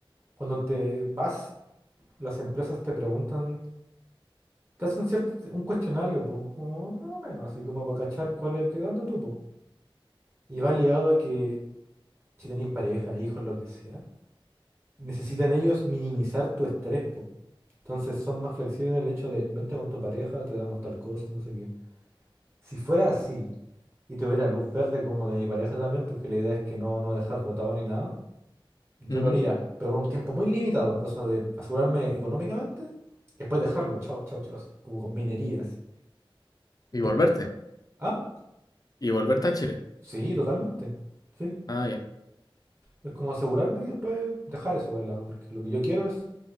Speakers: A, on the right; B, on the left.
A: cuando te vas, las empresas te preguntan, te hacen cierto, un cuestionario, pues, o no menos, así como para cachar cuál es qué anda tú, po. Y va ligado a que si tenéis pareja, hijos, lo que sea, necesitan ellos minimizar tu estrés, po. Entonces son más flexibles en el hecho de, vente con tu pareja, te damos tal cosa, no sé qué. Si fuera así, y tuviera luz verde como de mi pareja también, porque la idea es que no, no dejar botado ni nada. Yo
B: Ujú.
A: lo haría, pero por un tiempo muy limitado, cosa de asegurarme económicamente, después dejarlo, chao, chao, chao, así, como con minerías.
B: Y
A: Pero,
B: volverte.
A: ah,
B: Y volverte a Chile.
A: sí, totalmente. Sí,
B: Ah, ya.
A: es como asegurarme y después dejar eso de lado, porque lo que yo quiero es,